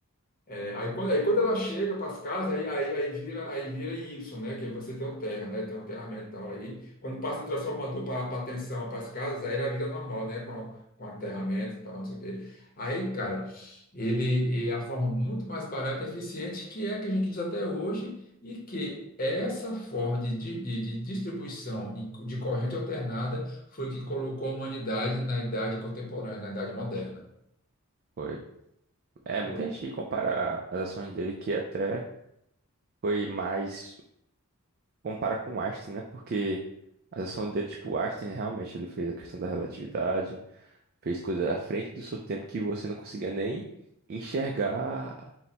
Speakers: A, on the left; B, on the right.
A: É, aí, quando, aí quando ela chega para as casas, aí, aí, aí vira, aí vira em Y, né? Que aí você tem o terra, né? Tem um terra metal aí. Quando passa o transformador para a tensão, para as casas, aí ela vira normal, né? Com, a- com aterramento e tal, não sei o quê. Aí, cara, ele é a forma muito mais barata e eficiente que é a que a gente usa até hoje e que essa forma de, de, de de distribuição e de corrente alternada foi o que colocou a humanidade na idade contemporânea, na idade moderna.
B: Foi. É, muita
A: Foi.
B: gente compara as ações dele que é até. foi mais. Compara com Einstein, né? Porque a ação dele, tipo, Einstein realmente ele fez a questão da relatividade, fez coisas à frente do seu tempo que você não conseguia nem enxergar